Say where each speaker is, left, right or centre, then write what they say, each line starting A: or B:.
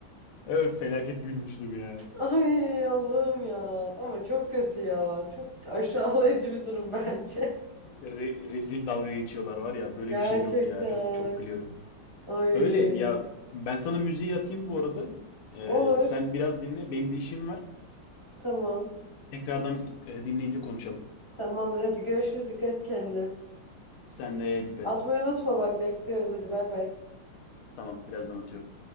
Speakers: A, on the left; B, on the left.
A: Evet, felaket gülmüştüm ya.
B: Ay Allah'ım ya. Ama çok kötü ya. Çok aşağılayıcı bir durum bence.
A: Re- rezil dalga geçiyorlar var
B: <laughs>
A: ya böyle
B: Gerçekten.
A: bir şey yok ya çok çok gülüyorum.
B: Ay.
A: Öyle ya ben sana müziği atayım bu arada. Ee,
B: Olur.
A: sen biraz dinle benim de işim var.
B: Tamam.
A: Tekrardan e, dinleyince konuşalım.
B: Tamamdır. Hadi görüşürüz. Dikkat et kendine.
A: Sen de dikkat
B: Atmayı
A: et.
B: unutma bak. Bekliyorum. Hadi bay bay.
A: Tamam birazdan atıyorum.